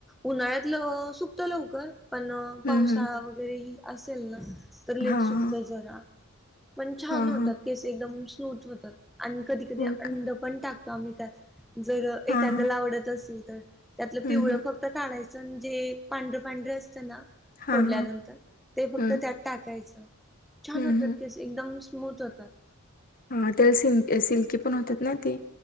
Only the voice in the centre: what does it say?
उन्हाळ्यातलं सुकत लवकर. पण पावसा
वगैरे ह असेल ना तर लेट
च सुक्त
जरा. पण छान
होतात
केस एकदम स्मूथ होतात, आणि कधी कधी
अंड
पण टाकतो आम्ही त्यात जर
एखांद्याला
आवडत असेल. तर त्यातलं
पिवळं
फक्त कााढायचं जे पांढरं पांढरं अस तं ना
फोडल्यानंतर
ते फक्त
त्यात टाकायचं. छान
होतात
कस एकदम स्मूथ होतात.